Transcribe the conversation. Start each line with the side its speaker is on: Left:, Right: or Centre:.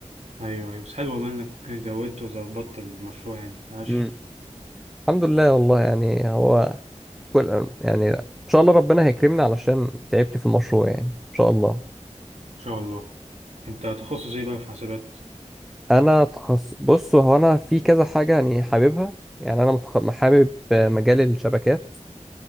Right: ايوه ايوه بس حلو والله انك جودت وظبطت المشروع يعني عاش
Centre: امم الحمد لله والله يعني هو كل يعني إن شاء الله ربنا هيكرمني علشان تعبت في المشروع يعني إن شاء الله
Right: ان شاء الله انت تخصص ايه بقى في حسابات
Centre: أنا تخص بص هو أنا في كذا حاجة يعني حاببها يعني أنا متخ... حابب مجال الشبكات